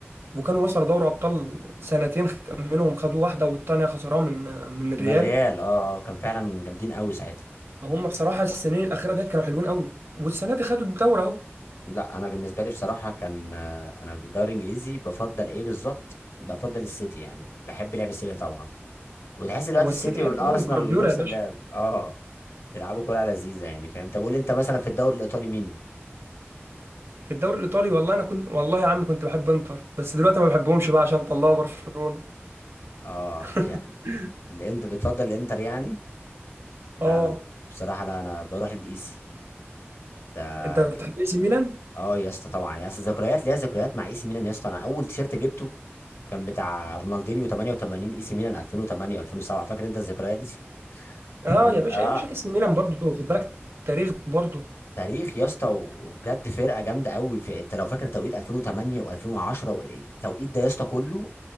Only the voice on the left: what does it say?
من الريال اه اه كان فعلا جامدين قوي ساعتها
لا انا بالنسبه لي بصراحه كان آه، انا في الدوري الانجليزي بفضل ايه بالظبط بفضل السيتي يعني بحب لعب السيتي طبعا وتحس دلوقتي
السيتي
والارسنال
نفس
اللعب اه بيلعبوا كوره لذيذه يعني فاهم طب قول لي انت مثلا في الدوري الايطالي مين
اه
يعني اللي انت بتفضل الانتر يعني لا
انا بصراحه لا انا بروح للايسي ده
اه يا اسطى طبعا يا اسطى ذكريات ليا ذكريات مع اي سي ميلان يا اسطى انا اول تيشيرت جبته كان بتاع رونالدينيو 88 اي سي ميلان 2008 و2007 فاكر انت الذكريات دي <laughs>
فمن
اه
تاريخ يا اسطى و- وبجد فرقه جامده قوي في انت لو فاكر توقيت 2008 و2010 والتوقيت ده يا اسطى كله